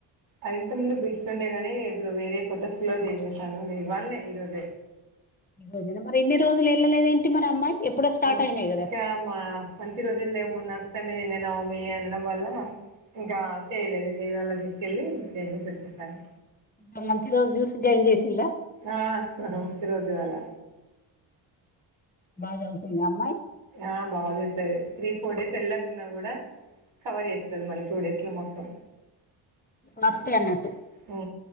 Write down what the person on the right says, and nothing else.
ఆ ఇంతక్ ముందు బిడ్స్ ఉండే గాని ఇప్పుడు వేరే కొత్త స్కూల్లో జెన్ చేసాను నే ఇవ్వాల్నే ఈ రోజే
ఇంకామ్మా
మంచి రోజులు లేవు మొన్న అష్టమి నిన్న నవ మీ అనడం వల్ల ఇంకా చేయలేదు ఇవాల తీసుకెళ్ళి జేన్ జేసీ వచ్చేసాను
ఆ మంచి రోజు ఇవాల
ఆ బాగా చతది త్రీ ఫోర్ డేస్ వెళ్ళకున్నా కూడా కవర్ చేస్తది మళ్ళి టూ డేస్ ల మొత్తం
అబ్బో
ఊ